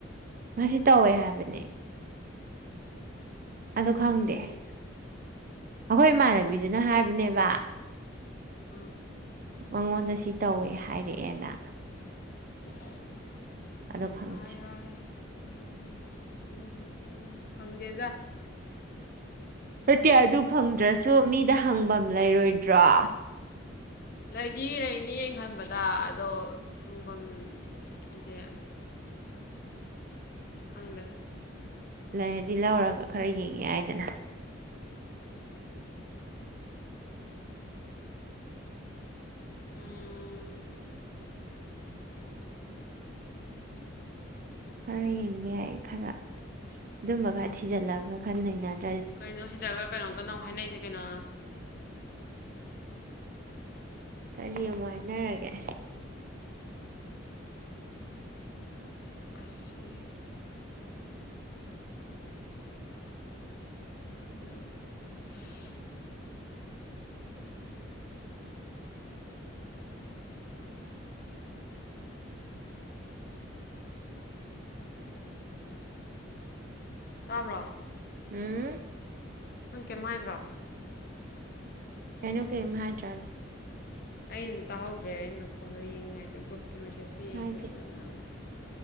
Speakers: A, on the right (about 45°); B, on the left (about 50°).
A: ꯃꯥꯁꯤ ꯇꯧꯋꯦ ꯍꯥꯏꯕꯅꯤ ꯑꯗꯣ ꯈꯪꯗꯦꯍꯦ
B: ꯑꯗꯨꯗꯤ
A: ꯑꯩꯈꯣꯏ ꯏꯃꯥꯟꯅꯕꯤꯗꯨꯅ ꯍꯥꯏꯕꯅꯦꯕ
B: ꯎꯝ
A: ꯃꯉꯣꯟꯗ ꯁꯤ ꯇꯧꯋꯦ ꯍꯥꯏꯔꯛꯑꯦꯅ
B: ꯁꯤꯍꯍ
A: ꯑꯗꯣ ꯈꯪꯗꯦ
B: ꯀꯥꯔꯌꯥ ꯒꯤ ꯎꯪ ꯍꯨꯝ ꯎꯝ ꯍꯨꯝ ꯎꯝ ꯐꯪꯗꯦꯗ
A: ꯅꯇꯦ ꯑꯗꯨ ꯐꯪꯗ꯭ꯔꯁꯨ ꯃꯤꯗ- ꯍꯪꯕꯝ ꯂꯩꯔꯣꯏꯗ꯭ꯔꯣ
B: ꯂꯩꯗꯤ ꯂꯩꯅꯤ ꯑꯩꯅ ꯈꯟꯕꯗ ꯑꯗꯣ ꯍꯪꯕꯝ ꯖꯦ ꯈꯪꯗꯦ
A: ꯂꯩꯔꯗꯤ ꯂꯧꯔꯒ ꯈꯔ ꯌꯦꯡ ꯌꯥꯏꯗꯅ
B: ꯎꯝ ꯎꯝ-
A: ꯈꯔ ꯌꯦꯡꯕ ꯌꯥꯏ ꯈꯔ ꯑꯗꯨꯝꯕ ꯈꯔ ꯊꯤꯖꯜꯂꯒ ꯈꯟ ꯂꯩꯅꯅꯤ
B: ꯀꯩꯅꯣ ꯁꯤꯗꯒ ꯀꯩꯅꯣ ꯀꯟꯅꯃꯨꯛ ꯍꯥꯏꯅꯔꯤꯁꯦ ꯀꯩꯅꯣ
A: ꯀꯔꯤ ꯑꯃꯨꯛ ꯍꯥꯏꯅꯔꯒꯦ ꯑꯦꯍ-
B: ꯑꯁꯦ ꯐꯨꯅꯣꯗꯨ ꯁꯍꯍꯍ- ꯇꯥꯕ꯭ꯔꯣ
A: ꯎꯝ-
B: ꯅꯪ ꯀꯩꯝ ꯍꯥꯏꯗ꯭ꯔꯣ
A: ꯀꯩꯅꯣ ꯀꯩꯏꯝ ꯍꯥꯏꯗ꯭ꯔꯥꯗꯤ
B: ꯑꯩꯅ ꯇꯥꯍꯧꯗ꯭ꯔꯦ ꯑꯩꯅ ꯐꯣꯟꯗꯣ ꯌꯦꯡꯉꯤꯉꯩꯗ ꯒ꯭ꯔꯨꯞ ꯀꯤ ꯃꯦꯁꯦꯁꯇꯣ ꯌꯦꯡꯉꯤꯉꯥꯏꯗ
A: ꯍꯥꯏꯗꯦ
B: ꯅꯪ ꯉꯥꯡꯕꯥ